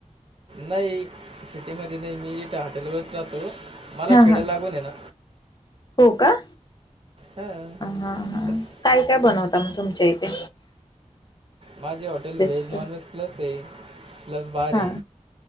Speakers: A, on the right; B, on the left.
A: नाही सिटीमध्ये नाही मी इट हॉटेलवरच राहतो. मला
B: हा
A: खेडा
B: हा
A: लागून ये ना
B: हो का
A: हा
B: हा हा
A: बस
B: काय काय बनवता म तुमच्या इथे
A: माझे hotel
B: rest
A: veg non veg plus ये प्लस बार
B: हा
A: ये.